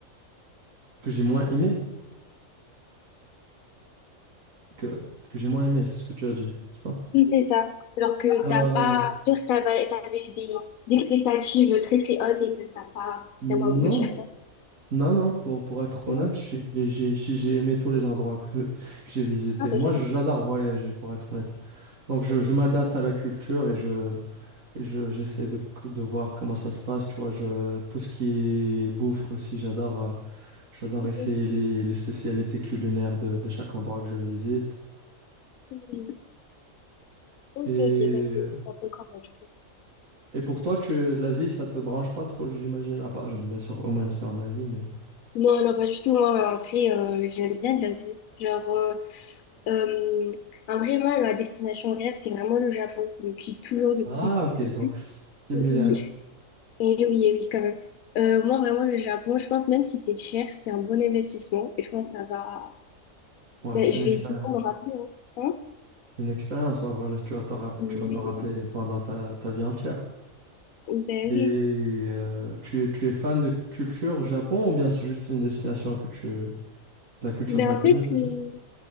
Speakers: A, on the right; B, on the left.
A: que j'ai moins aimé, que, que j'ai moins aimé, c'est ce que tu as dit, n'est-ce pas?
B: Oui, c'est ça. Alors que
A: Euh,
B: t'as pas, peut-être t'avais, t'avais eu des, des expectatives très très hautes et que ça n'a pas
A: Non,
B: vraiment abouti à
A: Non, non, pour, pour être
B: Non.
A: honnête, j'ai j'ai- j'ai- j'ai aimé tous les endroits que, que j'ai visités.
B: Ah ben
A: Moi,
B: ça va.
A: j'adore voyager, pour être honnête. Donc, je,
B: Mhm.
A: je m'adapte à la culture et je, et je, j'essaie de, de voir comment ça se passe. Tu vois, je, tout ce qui est bouffe aussi, j'adore, euh, j'adore
B: Mhm.
A: essayer les, les spécialités culinaires de, de chaque endroit que je visite.
B: Mhm. Ok,
A: Et,
B: ok, bah, t'es t'es un peu comme moi, du coup.
A: et pour toi, tu, l'Asie, ça te branche pas trop, j'imagine. À part, bien sûr, Oman, c'est en Asie, mais.
B: Non, non, pas du tout. Moi, en vrai, euh, j'aime bien l'Asie. Genre, euh, euh, en vrai, moi, ma destination rêve, c'est vraiment le Japon. Depuis toujours, depuis
A: Ah,
B: tout
A: ok,
B: petit.
A: donc, similaire.
B: Oui, et oui, et oui, quand même. Euh, moi, vraiment, le Japon, je pense, même si c'est cher, c'est un bon investissement. Et je pense que ça va.
A: Ouais,
B: Ben,
A: c'est
B: je
A: une expérience.
B: vais toujours me rappeler, hein. Hein?
A: Une expérience, ouais, voilà, tu vas t'en rapp-
B: Oui,
A: tu vas t'en rappeler pendant ta, ta vie entière.
B: ben
A: Et
B: oui.
A: euh, tu es, tu es fan de culture Japon ou bien c'est juste une destination que tu... de la culture
B: Ben
A: japonaise,
B: en fait,
A: je veux
B: euh,
A: dire?